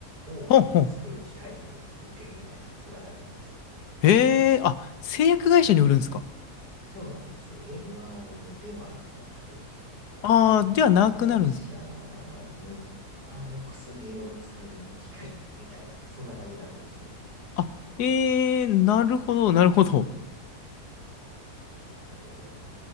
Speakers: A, on the right (about 85°); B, on the left (about 80°).
A: を作る機械を売ってるみたいな、
B: ほんほん。
A: そんな感じなんです。
B: へえ、あ、製薬会社に売るんですか
A: そうなんです。MR ではなくて、あの、
B: ああー、
A: 製薬会社
B: ではなくなるんですか
A: の、あの、薬を作る機械みたいな、そんな感じなんです。
B: あ、ええー、なるほど、なるほど。
A: で、あの、